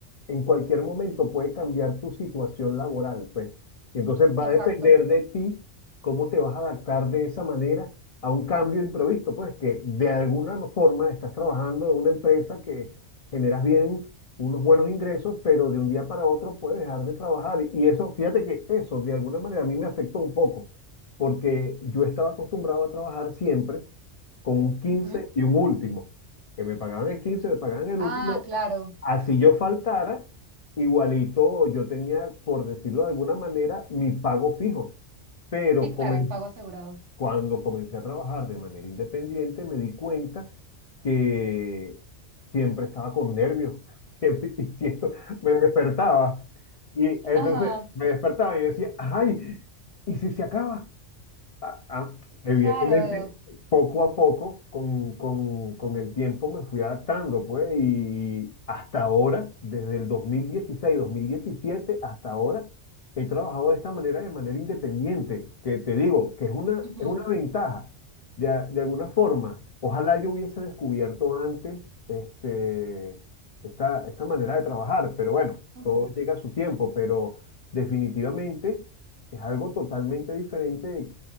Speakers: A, on the left; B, on the right.
A: en cualquier momento puede cambiar tu situación laboral, pues. Y entonces
B: exacto.
A: va a depender de ti cómo te vas a adaptar de esa manera a un cambio imprevisto, pues, que de alguna forma estás trabajando en una empresa que generas bien unos buenos ingresos, pero de un día para otro puedes dejar de trabajar. Y eso, fíjate que eso de alguna manera a mí me afectó un poco, porque yo estaba acostumbrado a trabajar siempre con un quince
B: Ujú.
A: y un último que me pagaban el quince me pagaban el
B: Ah,
A: último,
B: claro.
A: así yo faltara, igualito yo tenía, por decirlo de alguna manera, mi pago fijo. Pero
B: Sí, claro,
A: comen-
B: el pago asegurado.
A: cuando comencé a trabajar de manera independiente, me di cuenta que siempre estaba con nervios, <laughs> siempre, y siento- me despertaba. Y entonces
B: Ajá,
A: me despertaba y decía, ay, ¿y si se acaba? a- a- evidentemente,
B: claro.
A: poco a poco, con, con- con el tiempo me fui adaptando, pues, y hasta ahora, desde el dos dos mil dieciséis dos mil diecisiete hasta ahora, he trabajado de esta manera, de manera independiente, que te digo, que es una,
B: Ujú,
A: es una ventaja, de, a- de alguna forma. Ojalá yo hubiese descubierto antes este, esta, esta manera de trabajar, pero bueno,
B: ujú.
A: todo llega a su tiempo, pero definitivamente... Es algo totalmente diferente